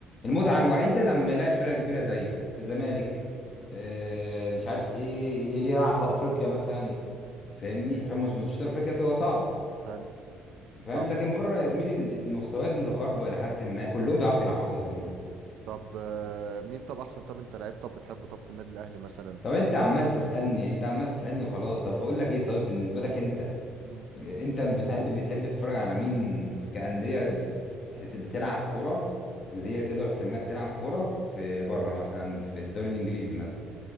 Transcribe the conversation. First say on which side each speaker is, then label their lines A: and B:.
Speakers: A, on the left (about 30°); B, on the right (about 60°).
A: المتعه الوحيده لما يلعب فرقه كبيره زيه زمالك
B: مم.
A: اه مش عارف ايه يلعب في افريقيا مثلا
B: مم.
A: فاهمني عشان مش مش افريقيا بتبقى صعبه
B: حلو
A: فاهم
B: طب
A: لكن بره يا زميلي المستويات متقاربه الى حد ما كلهم بيعرفوا يلعبوا يا زميلي
B: طب آه، مين طب احسن طب انت لعيب طب بتحبه طب في النادي الاهلي مثلا
A: طب انت عمال تسألني انت عمال تسألني وخلاص طب بقول لك ايه طيب بالنسبة لك انت
B: مم.
A: انت بتحب بتحب تتفرج على مين كأندية بت... بت- بتلعب كورة اللي هي تقدر تسميها بتلعب كورة في بره مثلا في الدوري الانجليزي مثلا